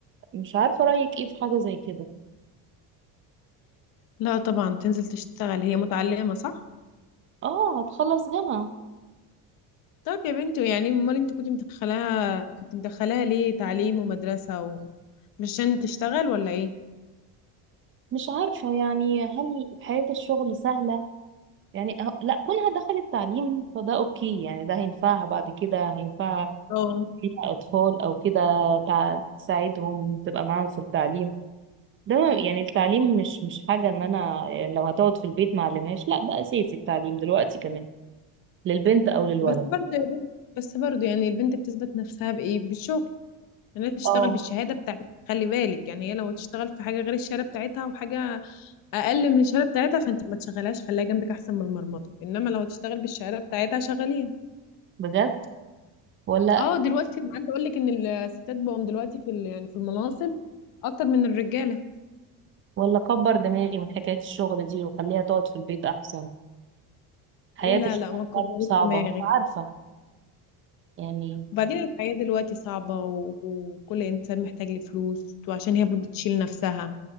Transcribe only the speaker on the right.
مش عارفة رأيك ايه في حاجة زي كده
اه هتخلص جامعة
مش عارفة يعني هل حياة الشغل سهلة يعني أه- لا كونها دخلت تعليم فده اوكي يعني ده هينفعها بعد كده هينفعها
فيها أطفال أو كده تع- تساعدهم تبقى معاهم في التعليم ده ما- يعني التعليم مش مش حاجة إن أنا يعني لو هتقعد في البيت ما أعلمهاش لا ده أساسي التعليم دلوقتي كمان للبنت أو للولد
اه
بجد ولا
ولا كبر دماغي من حكاية الشغل دي وخليها تقعد في البيت أحسن حياة
الشغل
برضه صعبة
مش عارفة يعني